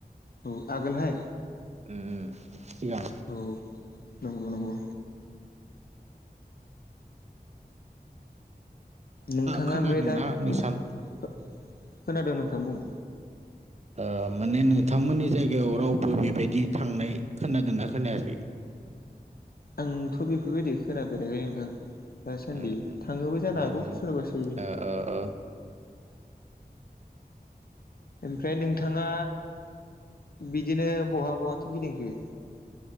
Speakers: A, on the left; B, on the right.
A: औ आगोलहाय
B: उम उम सिगां
A: औ नंगौ नंगौ नोंथाङा
B: खोनादोंना
A: ओमफ्राय दा औ
B: नोंसान
A: खोनादों नोंथां बुं
B: ओ माने नोंथांमोननि जायगायाव रावबो बेबायदि थांनाय खोनादोंना खोनायाखै
A: आंथ' बेफोरबायदि खोनाफेराखै नोंथां दासान्दि
B: उम
A: थाङोबो जानो
B: उम
A: हागौ
B: उम
A: सोरबा सोरबि
B: ओ ओ
A: ओमफ्राय नोंथाङा बिदिनो बहा बहाथो गिदिंखो